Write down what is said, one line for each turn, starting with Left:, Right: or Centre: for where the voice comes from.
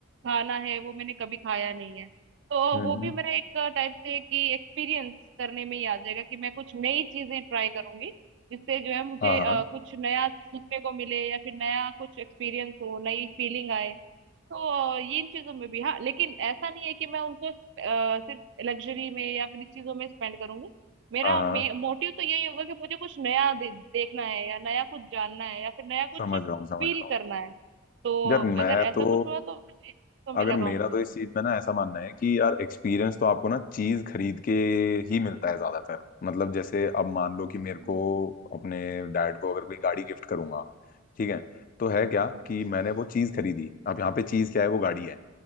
Right: खाना है वो मैंने कभी खाया नहीं है तो
Left: हम्म
Right: वो भी मेरा एक टाइप से कि एक्सपीरियंस करने में ही आ जाएगा कि मैं कुछ नई चीजें ट्राई करूंगी जिससे जो है मुझे
Left: हाँ
Right: अ,
Left: हाँ
Right: कुछ नया सीखने को मिले या फिर नया कुछ एक्सपीरियंस हो नई फीलिंग आए तो अ, ये इन चीजों में भी हाँ लेकिन ऐसा नहीं है कि मैं उनको अ, सिर्फ लग्जरी में या फिर इस चीजों में स्पेंड करूंगी मेरा
Left: हाँ
Right: मोटिव
Left: हाँ,
Right: तो यही होगा कि मुझे कुछ नया दे, देखना है या नया कुछ जानना है या फिर नया कुछ
Left: समझ
Right: फील
Left: रहा हूँ समझ रहा हूँ
Right: करना है तो
Left: यार मैं
Right: अगर ऐसा
Left: तो
Right: कुछ हुआ तो तो मैं इसको
Left: अगर
Right: में लगाऊंगी
Left: मेरा तो इस चीज में ना ऐसा मानना है कि यार एक्सपीरियंस तो आपको ना चीज खरीद के ही मिलता है ज्यादातर मतलब जैसे अब मान लो कि मेरे
Right: हम्म,
Left: को अपने डैड को अगर कोई गाड़ी गिफ्ट करूंगा ठीक है तो है क्या
Right: हम्म,
Left: कि मैंने वो चीज खरीदी अब यहाँ पे चीज क्या है वो गाड़ी है